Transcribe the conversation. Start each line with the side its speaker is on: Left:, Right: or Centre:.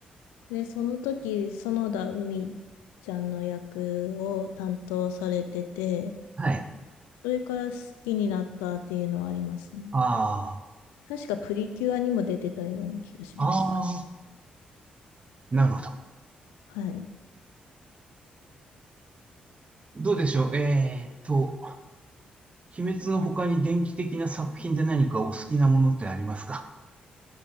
Left: で、その時、園田海ちゃんの役を担当されてて、
Right: はい。
Left: それから好きになったっていうのはありますね。
Right: あ
Left: 確かプリキュアにも出てたような気がします。
Right: あ、ああ、なるほど。
Left: はい。
Right: どうでしょう。えーっと、鬼滅の他に電気的な作品で何かお好きなものってありますか